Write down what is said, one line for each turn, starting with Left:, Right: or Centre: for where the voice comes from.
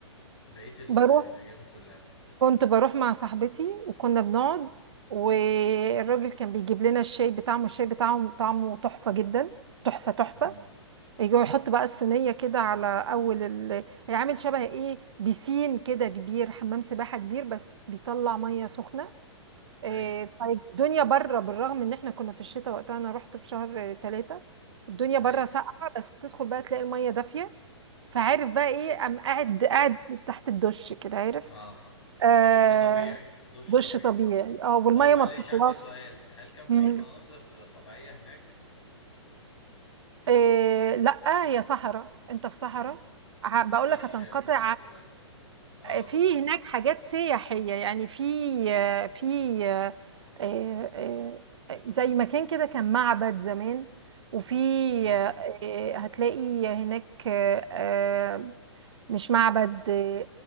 Left: بقيت ال...
Right: بروح
Left: الايام كلها
Right: كنت بروح مع صاحبتي وكنا بنقعد
Left: اه
Right: والراجل كان بيجيب لنا الشاي بتاعهم الشاي بتاعهم طعمه تحفه جدا تحفه تحفه
Left: امم
Right: يجي يحط بقى الصينيه كده على اول ال... هي عامل شبه ايه بيسين كده كبير حمام سباحه كبير بس بيطلع ميه سخنه إيه،
Left: ايوه
Right: فالدنيا بره بالرغم ان احنا كنا في الشتاء وقتها انا رحت في شهر ثلاثة الدنيا
Left: ايوه
Right: بره ساقعة بس بتدخل بقى تلاقي المية دافية فعارف بقى ايه قام قاعد قاعد تحت الدش كده عارف
Left: اه
Right: آه
Left: دش طبيعي دش
Right: دش
Left: طبيعي
Right: طبيعي اه والمية
Left: طب معلش
Right: ما بتطلعش
Left: عندي سؤال هل كان في
Right: مم.
Left: مناظر طبيعيه هناك
Right: إيه لا هي صحراء انت في صحراء
Left: امم مفيش
Right: بقول لك هتنقطع
Left: مناظر طبيعيه اه
Right: آه، في هناك حاجات سياحية يعني في آه، في آه، آه، آه، زي مكان كده كان معبد زمان وفي
Left: امم
Right: آه، آه، هتلاقي هناك آه، آه، مش معبد آه،